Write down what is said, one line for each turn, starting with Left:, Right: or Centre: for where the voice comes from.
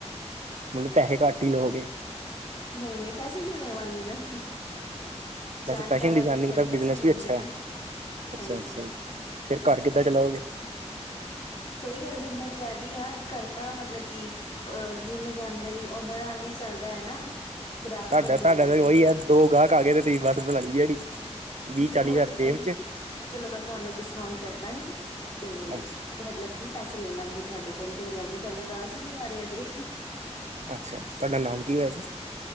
Right: ਮਤਲਬ ਪੈਸੇ ਘੱਟ ਹੀ ਲਹੋਗੇ।
Left: ਨਹੀਂ ਨਹੀਂ ਪੈਸੇ ਕਿਉੰ ਲੈਵਾਂਗੀ ਮੈਂ। ਜਾਣਕਾਰਾ
Right: ਵੈਸੇ ਫੈਸ਼ਨ ਡਿਜ਼ਾਇਨਿੰਗ
Left: ਦੇ ਥੋੜ੍ਹੀ
Right: ਦਾ
Left: ਪੈਸੇ
Right: ਬਿਜ਼ਨਸ
Left: ਲੈਣ
Right: ਵੀ ਅੱਛਾ
Left: ਦੇ ਨੇ,
Right: ਹੈ ਅੱਛਾ
Left: ਹਾਂਜੀ।
Right: ਅੱਛਾ ਫਿਰ ਘਰ ਕਿੱਦਾਂ ਚਲਾਓਗੇ।
Left: ਕੋਈ ਗੱਲ ਨੀ, ਮੈਂ ਕਹਿਦੀ ਹਾਂ ਅੱਜ ਕਰਤਾ ਮਤਲਬ ਕਿ। ਅਹ ਜਿਹਨੂੰ ਜਾਂਦੇ ਨੀ ਉਹਦ ਨਾਲ ਹੀ ਚੱਲਦਾ ਐ ਨਾ। ਗ੍ਰਾਹਕ
Right: ਤੁਹਾਡਾ-ਤੁਹਾਡਾ
Left: ਬਣ ਜਾਂਦੇ
Right: ਤੇ
Left: ਨੇ
Right: ਉਹੀ ਏ। ਦੋ ਗਾਹਕ ਆ ਗੇ ਤੇ ਤੁਸੀ ਬਸ ਲਗ ਗਈ ਦਿਹਾੜੀ। ਵੀਹ ਚਾਲੀ
Left: ਉਹ
Right: ਹਜ਼ਾਰ
Left: ਤਾਂ
Right: ਜੇਬ
Left: ਹੈ ਈ,
Right: ਚ
Left: ਚਲੋ ਮੈਂ ਤੁਹਾਨੂੰ ਡਿਸਕਾਊਂਟ ਕਰ ਦਾਂਗੀ ਅਤੇ
Right: ਅੱਛਾ
Left: ਮਤਲਬ ਕਿ ਪੈਸੇ ਲੈ ਲਾਂਗੇ। ਤੁਹਾਡੇ ਕੋਲ ਕੋਈ ਗੱਲ ਨੀ ਤੁਹਾਨੂੰ ਰਾਸ ਹੀ ਨੀ ਆ ਰਹਾ ਅਜੇ।
Right: ਅੱਛਾ, ਤੁਹਾਡਾ ਨਾਮ ਕੀ ਏ ਵੇਸੇ